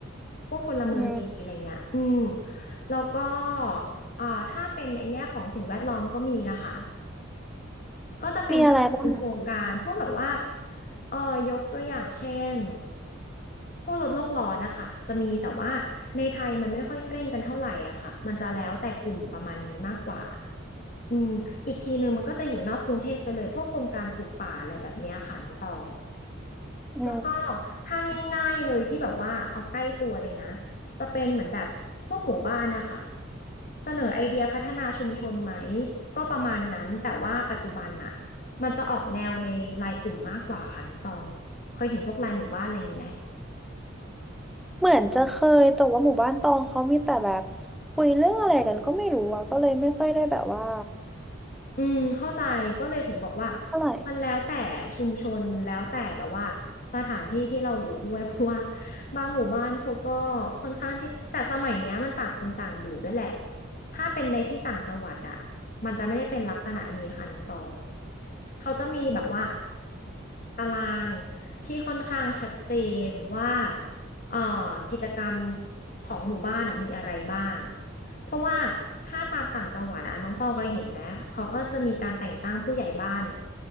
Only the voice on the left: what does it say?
พวกพลเมืองดีอะไรเงี้ยอืม
แล้วก็อ่าถ้าเป็นในแง่ของสิ่งแวดล้อมก็มีนะคะ ก็จะเป็นแบบเป็นโครงการพวกแบบว่า
เออยกตัวอย่างเช่นพวกลดโลกร้อนนะคะจะมีแต่ว่าในไทยมันไม่ค่อยเคร่งกันเท่าไหร่อะค่ะมันจะแล้วแต่กลุ่มประมาณนี้มากกว่าอืมอีกทีหนึ่งมันก็จะอยู่นอกกรุงเทพไปเลยพวกโครงการปลูกป่าอะไรแบบเนี้ยค่ะน้องตอง
แล้วก็ถ้าง่ายๆเลยที่แบบว่าเอาใกล้ตัวเลยนะ
จะเป็นเหมือนแบบพวกหมู่บ้านนะคะเสนอไอเดียพัฒนาชุมชนไหมก็ประมาณนั้นแต่ว่าปัจจุบันน่ะมันจะออกแนวในไลน์กลุ่มมากกว่าค่ะน้องตองเคยเห็นพวกไลน์หมู่บ้านอะไรอย่างนี้ไหม
อืมเข้าใจก็เลยถึงบอกว่า
มันแล้วแต่ชุมชนแล้วแต่แบบว่าสถานที่ที่เราอยู่ด้วย <laughs> เพราะว่าบางหมู่บ้านเขาก็ค่อนข้างที่แต่สมัยเนี้ยมันต่างคนต่างอยู่ด้วยแหละถ้าเป็นในที่ต่างจังหวัดอะมันจะไม่ได้เป็นลักษณะนี้ค่ะน้องตองเขาจะมีแบบว่าตารางที่ค่อนข้างชัดเจนว่า เอ่อกิจกรรมของหมู่บ้านอ่ะมีอะไรบ้าง เพราะว่าถ้าตามต่างจังหวัดอ่ะน้องตองเคยเห็นไหมเขาก็จะมีการแต่งตั้งผู้ใหญ่บ้าน